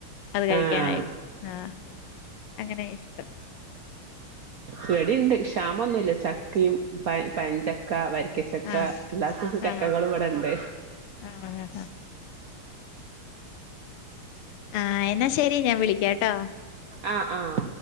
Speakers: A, on the left; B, on the right.
A: അത് കഴിക്കാനായിട്ട്.
B: ആഹ്
A: ആഹ് അങ്ങനെ ഇഷ്ടം.
B: ഇവടിണ്ട് ക്ഷാമംഒന്നുല്ല ചക്കിം പയ പയംഞ്ചക്ക വരി ക്കചക്ക
A: ആ
B: എല്ലാതര ചക്കകളുംവടണ്ട്.
A: ആ ആ ആ ആഹ് എന്നാ ശെരി ഞാൻ വിളിക്കാട്ടോ.
B: ആഹ് ആഹ്.